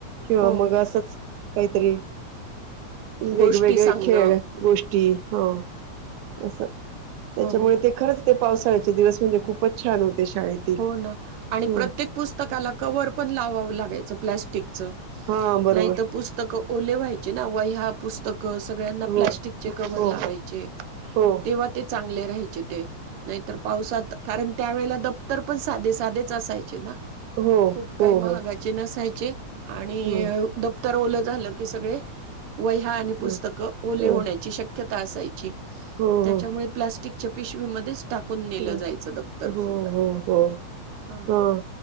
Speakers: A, on the right; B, on the right.
A: किंवा
B: हो
A: मग असंच काहीतरी वेगवेगळे
B: गोष्टी सांगणं
A: खेळ गोष्टी हो असं त्याच्यामुळे
B: हो
A: ते खरंच ते पावसाळ्याचे दिवस म्हणजे खुपचं छान होते. शाळेतील.
B: हो ना आणि
A: हं.
B: प्रत्येक पुस्तकाला कवर पण लावावं लागायचं. प्लॅस्टिकचं.
A: हां, बरोबर.
B: नाही तरं पुस्तकं ओले व्हायचे ना वह्या पुस्तक अ सगळ्यांना
A: हो.
B: प्लास्टिकचे कव्हर
A: हो,
B: लावायचे
A: हो,
B: तेव्हा ते चांगले न्यायेचे ते नाहीतर पावसात कारण त्यावेळला दप्त तर पण साधे साधेच असायचे ना.
A: हो,
B: खूप
A: हो,
B: काही महागाचे
A: हो.
B: नसाय चे आणि
A: हं,
B: दप्त तर ओलं झालं की सगळे वह्या आणि
A: हं,
B: पुस्तकं ओले
A: हं.
B: होण्याची शक्य क्यता असायची
A: हो,
B: त्याच्यामुळे
A: हो.
B: प्लास्टिक च्या पिशवी मध्येच टाकून नेलं
A: हं.
B: जायचं दफ्तर
A: हो
B: सुद्धा
A: हो हो,
B: ह
A: हा